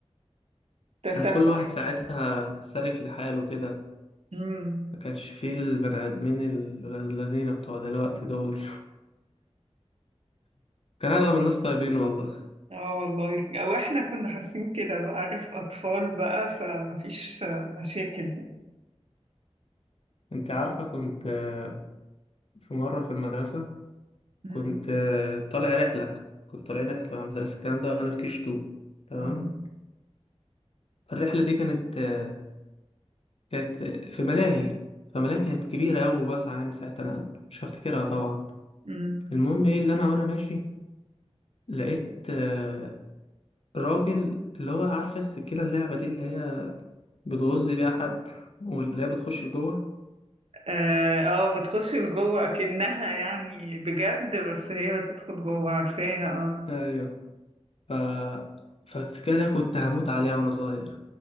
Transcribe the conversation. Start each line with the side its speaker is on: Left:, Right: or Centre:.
Right: تسامح
Left: كان كل واحد ساعتها سالك لحاله كده
Right: مم.
Left: ما كانش فيه البني آدمين ال- الذين بتوع دلوقتي دول <laughs> كان أغلب الناس طيبين والله
Right: اه والله او احنا كنا حاسين كده بقى عارف اطفال بقى فمفيش مشاكل يعني
Left: انت عارفة كنت آه، في مرة في المدرسة
Right: مم.
Left: كنت آه، طالع رحلة كنت طالعين رحلة تبع المدرسة الكلام ده وأنا في كيش تو تمام
Right: اه.
Left: الرحلة دي كانت آه، كانت في ملاهي فملاهي كانت كبيرة أوي واسعة يعني ساعتها أنا مش هفتكرها طبعا
Right: مم.
Left: المهم إيه اللي أنا وأنا ماشي لقيت آه، راجل اللي هو عارفة السكينة اللعبة دي اللي هي بتغز بيها حد واللي هي بتخش لجوه
Right: اه آه، بتخش لجوه اكنها يعني بجد بس هي بتدخل جوه عارفاها اه
Left: أيوه ف... فالسكينة دي كنت هموت عليها وأنا صغير